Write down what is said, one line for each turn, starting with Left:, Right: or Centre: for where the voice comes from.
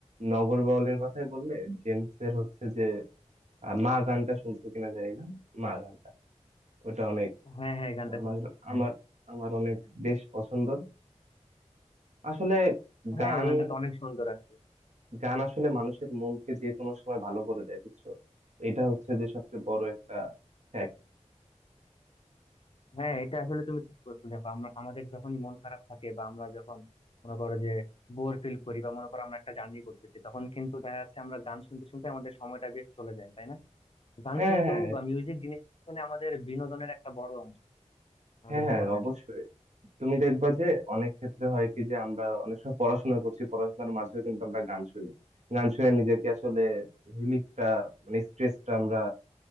Right: নগর বাউলের কথাই বললে জেমস এর হচ্ছে যে আহ, মা গানটা শুনছো কিনা জানি না মা গানটা ওটা অনেক
Left: হ্যাঁ হ্যাঁ এই গানটা
Right: আমার
Left: শুনছি হ্যাঁ
Right: আমার আমার অনেক বেশ পছন্দ আসলে
Left: হ্যাঁ
Right: গান
Left: ওই গানটা তো অনেক সুন্দর আসলে
Right: গান আসলে মানুষের মনকে যে কোনো সময় ভালো করে দেয় বুঝছো এটা হচ্ছে যে সবচেয়ে বড় একটা ফ্যাক্ট
Left: হ্যাঁ এটা আসলে তুমি ঠিক বলছো দেখো আমরা আমাদের যখনই মন খারাপ থাকে বা আমরা যখন মনে করো যে বোর ফিল করি বা মনে করো আমরা একটা জার্নি করতেছি তখন কিন্তু দেখা যাচ্ছে আমরা গান শুনতে শুনতে আমাদের সময়টা বেশ চলে যায় তাই না গান
Right: হ্যাঁ
Left: কিন্তু
Right: হ্যাঁ এট-
Left: বা মিউজিক জিনিস আসলে আমাদের বিনোদনের একটা বড় অংশ আমাদের
Right: হ্যাঁ হ্যাঁ
Left: জীবনের
Right: অবশ্যই তুমি দেখবা যে অনেক ক্ষেত্রে হয় কি যে আমরা অনেক সময় পড়াশোনা করছি পড়াশোনার মাঝেও কিন্তু আমরা গান শুনি গান শুনে নিজেকে আসলে রিলিফটা মানে স্ট্রেসটা আমরা